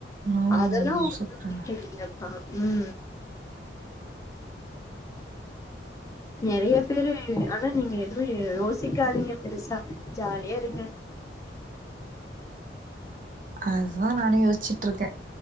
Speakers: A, on the right; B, on the left.
A: ம்
B: அதெல்லா ஒன்னு
A: சூப்பருங்க
B: பிரச்சன இல்லப்பா ம் நெறைய பேரு ஆனா நீங்க எதோ யோசிக்காதீங்க பெருசா ஜாலியா இருங்க
A: அதா நானு யோசிச்சுட்டுருக்கே